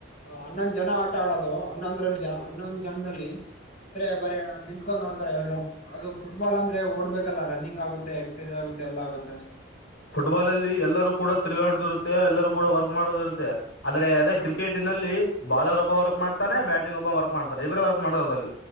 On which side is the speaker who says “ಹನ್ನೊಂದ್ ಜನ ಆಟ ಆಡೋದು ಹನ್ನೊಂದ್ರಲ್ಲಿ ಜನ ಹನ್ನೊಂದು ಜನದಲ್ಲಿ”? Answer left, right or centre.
Left